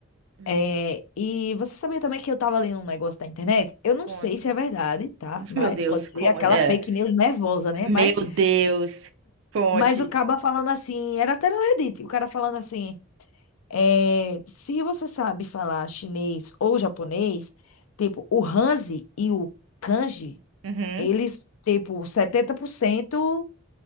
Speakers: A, on the right; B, on the left.
A: hum.
B: É, e você sabia também que eu tava lendo um negócio na internet? Eu não
A: Conte.
B: sei se é verdade, tá?
A: <laughs>
B: Mas
A: Meu Deus,
B: pode
A: conte.
B: ser aquela
A: É.
B: fake news nervosa, né?
A: Meu
B: Mas,
A: Deus, conte.
B: mas o cara falando assim, era até no Reddit, o cara falando assim. É, se você sabe falar chinês ou japonês, tipo, o Hanzi e o Kanji,
A: Uhum.
B: eles, tipo, 70%,